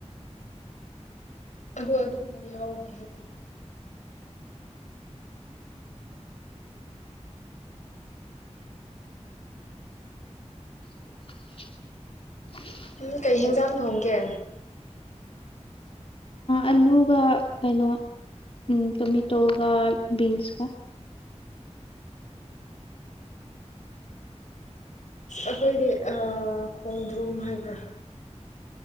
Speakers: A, on the left; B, on the left.
A: ꯑꯗꯣ ꯑꯗꯨꯝ ꯌꯥꯎꯅꯤ <unintelligible>
B: <unintelligible>
A: ꯎꯝ ꯀꯩꯍꯤꯟꯖꯥꯡ ꯊꯣꯡꯒꯦ?
B: ꯑꯂꯨꯒ ꯀꯩꯅꯣ ꯎꯝ ꯇꯣꯃꯦꯇꯣꯒ ꯕꯤꯟꯁꯀ꯫
A: ꯑꯩꯈꯣꯏꯗꯤ ꯑꯥ ꯈꯣꯡꯗ꯭ꯔꯨꯝ ꯍꯥꯏꯕ꯭ꯔꯥ